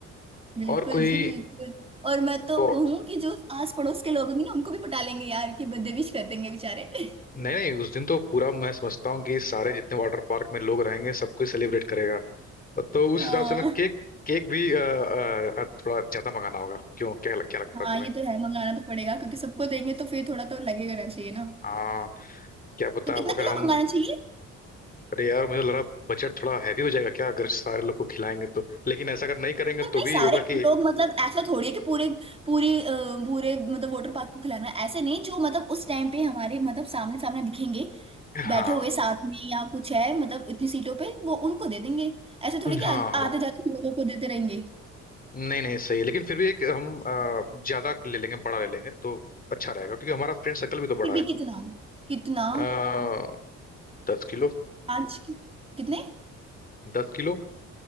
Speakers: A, on the right; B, on the left.
A: बिल्कुल
B: और कोई
A: जी बिल्कुल और मैं तो
B: को
A: कहूँ कि जो आस पड़ोस के लोग होंगे ना उनको भी पटा लेंगे यार कि बदतमीज कर देंगे बेचारे <laughs>
B: नहीं नहीं उस दिन तो पूरा मैं समझता हूँ कि सारे जितने वाटर पार्क में लोग रहेंगे सबको सेलिब्रेट करेगा तो उस
A: हाँ
B: हिसाब से मैं केक केक भी अ, अ, अ, थोड़ा ज्यादा मंगाना होगा क्यों क्या लग- क्या लगता
A: हाँ
B: है तुम्हें
A: ये तो है मंगाना तो पड़ेगा क्योंकि सबको देंगे तो फिर थोड़ा तो लगेगा ना चाहिए ना
B: हाँ क्या पता
A: तो कितना
B: अगर
A: किलो
B: हम
A: मंगाना चाहिए
B: अरे यार मुझे लग रहा बजट थोड़ा हैवी हो जाएगा क्या अगर सारे लोग को खिलाएंगे तो लेकिन ऐसा अगर नहीं करेंगे
A: तो
B: तो
A: नहीं सारे
B: भी होगा कि
A: लोग मतलब ऐसा थोड़ी है कि पूरे पूरी अ, पूरे मतलब वाटर पार्क को खिलाना है। ऐसे नहीं जो मतलब उस टाइम पे हमारे मतलब सामने सामने दिखेंगे
B: हाँ
A: बैठे हुए साथ में या कुछ है मतलब इतनी सीटों पे वो उनको दे देंगे ऐसे थोड़ी
B: हाँ
A: कि आते
B: हाँ
A: जाते लोगों को देते रहेंगे
B: नहीं नहीं सही है। लेकिन फिर भी एक हम अ, ज्यादा ले लेंगे बड़ा ले लेंगे तो अच्छा रहेगा क्योंकि हमारा फ्रेंड सर्कल भी तो बड़ा
A: फिर भी
B: है
A: कितना कितना
B: आ, दस किलो
A: पाँच कि- कितने
B: दस किलो